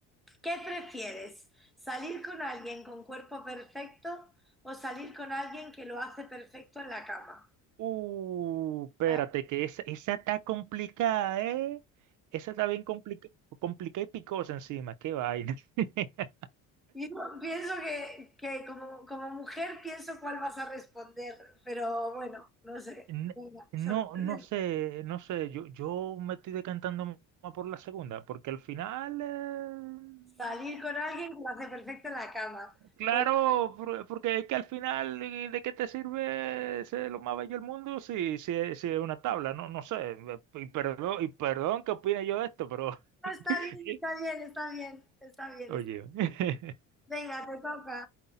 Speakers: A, in the centre; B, on the right (about 60°).
A: ¿qué prefieres? ¿Salir con alguien con cuerpo perfecto o salir con alguien que lo hace perfecto en la cama?
B: Uh, espérate,
A: Ah,
B: que esa, esa está complicada, ¿eh? Esa está bien complica- complicada y picosa encima, qué vaina. <laughs>
A: Yo pienso que, que como, como mujer pienso cuál vas a responder, pero bueno, no sé.
B: N-
A: Venga,
B: No,
A: sorprende.
B: no sé, no sé, yo, yo me estoy decantando más por la segunda, porque al final, eh,
A: Salir con alguien que lo hace perfecto en la cama.
B: claro,
A: Pues
B: por- porque es que al final, eh, ¿de qué te sirve ser lo más bello del mundo si, si, es si es una tabla? No, no sé, y perdón, y perdón que opine yo de esto, pero,
A: ah, está
B: <laughs>
A: bien, está bien, está bien, está bien,
B: oye.
A: está bien.
B: <laughs>
A: Venga, te toca.